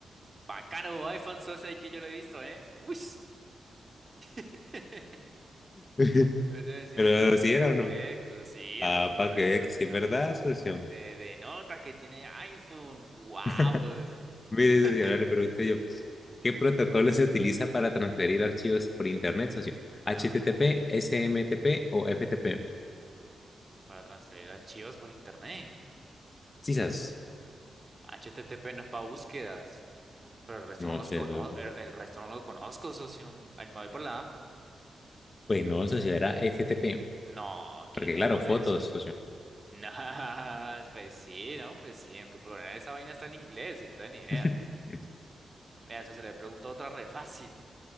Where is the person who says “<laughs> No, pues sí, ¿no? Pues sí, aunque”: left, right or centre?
Right